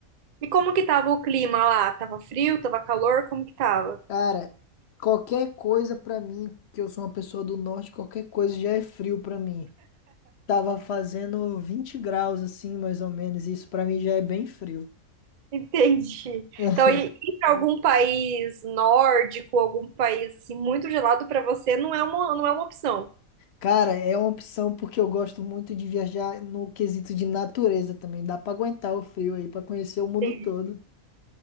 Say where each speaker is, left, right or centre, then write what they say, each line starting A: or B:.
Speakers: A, on the right; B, on the left.
A: E como que tava o clima lá? Tava frio? Tava calor? Como que tava?
B: Cara, qualquer coisa pra mim, que eu sou uma pessoa do norte, qualquer coisa já é frio pra mim. Tava fazendo 20 graus assim, mais ou menos, e isso pra mim já é bem frio.
A: <laughs> Entendi.
B: <laughs>
A: Então, ir ir pra algum país nórdico, algum país assim muito gelado pra você não é uma, não é uma opção.
B: Cara, é uma opção porque eu gosto muito de viajar no quesito de natureza também. Dá pra aguentar o frio aí, pra conhecer o mundo
A: Entendi.
B: todo.